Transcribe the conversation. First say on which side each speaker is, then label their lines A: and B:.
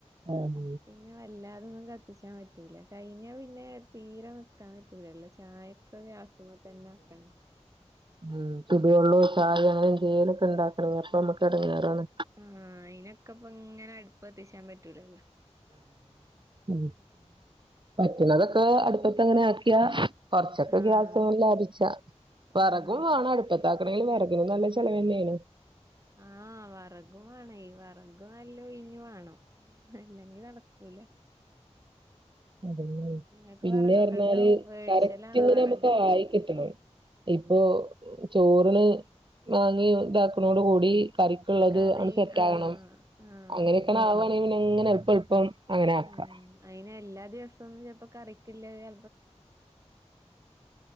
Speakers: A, on the right; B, on the right.
A: ഉം
B: പിന്നെ വല്ലാതൊന്നും കത്തിച്ചാൻ പറ്റ പറ്റൂല കഴിഞ്ഞ പിന്നെ തീരെ നിക്കാൻ പറ്റൂലല്ല ചായക്കെ ഗ്യാസ് മ തന്നെ വെക്കണ്
A: ഉം ചുടുവെള്ളം ചായെ അങ്ങനെ എ ന്തെലുക്കെ ഇണ്ടാക്കണ അപ്പൊ നമ്മക്ക് എടങ്ങേറാണ്
B: ആ അയിനൊക്കെ ഇപ്പ ഇങ്ങനെ അട് പ്പ് ത്തിച്ചാൻ പറ്റൂലല്ലോ
A: <inaudible> പറ്റ്ണതൊക്കെ അട്പ്പത്ത് ങ്ങനെ ആക്കിയാ കൊറച്ചൊക്കെ
B: ആഹ്
A: ഗ്യാസ് <unintelligible> ലാഭിച്ച വെറകും
B: ആഹ്
A: വേണം അടുപ്പത്ത അല്ലെങ്കിലും വെറകിന് നല്ല ചിലവന്നെണ്
B: ആ വെറകും വേണെ വെറക് നല്ലോ ഒഴിഞ്ഞു വേണം അല്ലെങ്കി നടക്കൂല
A: അത്
B: ഇങ്ങക്ക്
A: പിന്നെ
B: വറകൊക്കെ
A: പറഞ്ഞാല്
B: ഇണ്ടോ വേടിച്ചലാണോ
A: കറകട് ഇങ്ങനെ
B: വറക്
A: നമുക്ക് ആയികിട്ടണം ഇപ്പൊ ചോറില് വാങ്ങി ഇതാക്കുണോട് കൂടി കറിക്ക്ള്ളത്
B: കറി
A: ആണ് സെറ്റ്
B: ആഹ്
A: ആകണം
B: ആഹ്
A: അങ്ങനെക്കെണെ ആവ്ണെ എങ്ങനെ എള്പ്പം എൾപ്പം അങ്ങനെ ആക്കാ
B: ഉം അയിന് എല്ലാ ദിവസവും ഒന്നും ചിലപ്പോ കറിക്കില്ലെ ചെ
A: <inaudible>